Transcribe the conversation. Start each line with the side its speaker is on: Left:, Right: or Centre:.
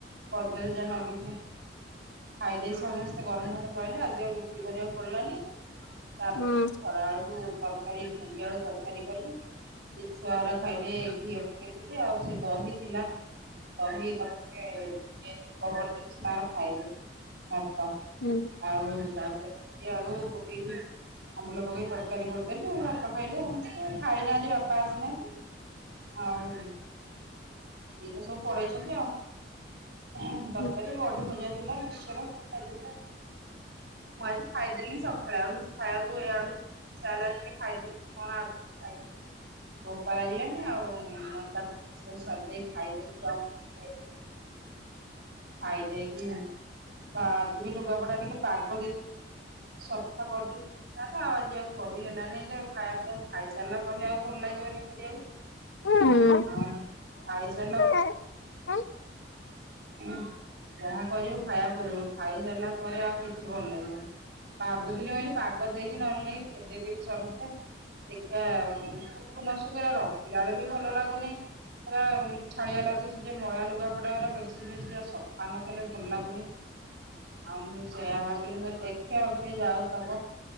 Right: କଦଳୀ ଯା ନଗେଇକି ଖାଇ ଦେଇକି ସମସ୍ତେ ଗରମ ଭାତ ପଳେଇଲେ। ଆଜି ଆଉ ରୁଟି କରିବାକୁ ପଡିଲାନି। ତାପରେ
Left: ହୁଁ।
Right: ଖରା ବେଳକୁ ତରକାରୀ ଭେଣ୍ଡି ଆଳୁ ତରକାରୀ କଲି। ଏ ଛୁଆ ରା ଖାଇଲେ ଘିଅ ପକେଇଦେଲି, ଆଉ ସେ ଦହି ଥିଲା ଦହି ତାଙ୍କ ଟିକେ <unintelligible> କରିଦେଇଲି ସେ ତାଙ୍କର ଖାଇଲେ ଭାତ।
Left: ହୁଁ।
Right: ଆଉ ତାପରେ ଭେଣ୍ଡି ଆଳୁ ପକେଇକି ଆମ୍ବୁଲ ପକେଇକି ତରକାରୀ କରିଦେଲି, ଆଉ ଭାତ ଖାଇଲେ ସମସ୍ତେ। ଖାଇନାହାନ୍ତି ବାପା ଆସିନାହାନ୍ତି। ଆଉ ଇଏ ତ ସବୁ ପଡେଇଛନ୍ତି ଆଉ। ତରକାରୀ
Left: ହୁଁ
Right: ବଢି ଭଜା ଥିଲା ମିଶ୍ଚର। ଖାଇଦେଲେ। ମୁଁ ଆଜି ଖାଇଦେଲିନି ସକାଳେ ଆଉ କିଛି ଖାଇବାକୁ ଇଆଡୁ ଇଛା ହେଲାନି ଟିକେ କହିଦେଇଥିଲି କଣ ଆ ଖାଇଥିଲି। ଭୋକ ଲାଗିଲାନି ଆଉ ଏକାଥରେ ରୋଷେଇ ବାସ ସାରିଦେଇକି ଖାଇଦେଇ କି ଛୁଆଙ୍କୁ ଦେଇ ଖାଇକି ଖାଇଦେଇକି, ତ ଆଜିବି ଲୁଗାପଟା ଟିକେ ପାଗ ଦେଇ ଶଫା କରିଦେଇ ତ ଆଉ ଆଜି ଆଉ କରି ହେଲାନି ତ ଖାଇବା ପିଆବା ଖାଇସାରିଲା ପରେ ଆଉ ଭଲ ଲାଗିବନି କରିବାକୁ।
Left: ହୁଁ
Right: ହଁ। ଖାଇସାରିଲା
Left: <unintelligible>
Right: ହୁଁ ଯାହା କରିବୁ ଖାଇବା ପୂର୍ବୁରୁ, ଖାଇସାରିଲା ପରେ ଆଉ କିଛି ଭଲ ଲାଗିବନି। ଭାବୁଥିଲି ମୁ କହିଲି ପାଗ ଦେଇଚି ନହେଲେ ନେଇକି ଭେଦେଇ ଦେବି ସରଫ ରେ। ଦେଖିବା ଶୁଖୁ ନ ଶୁଖୁ ଏରା ରଖିଲା ବେଳକୁ ବି ଭଲ ଲାଗୁନି। ଏରା ଇଠାଳିଆ ଲାଗୁଛି ଯେ ମଳିଆ ଲୁଗାପଟା ଗୁରା ବେଡସିଟ୍ ଫେଡ଼ସିଟ ଗୁରା ସଫା ନ କଲେ ଭଲ ଲାଗୁନି। ଆଉ ମୁଁ ସେଇଆ ଭାବିଲି, ମୁଁ କଇଲି ଦେଖିଆ ଆଉ ଟିକେ ଯାଉ ପାଗ।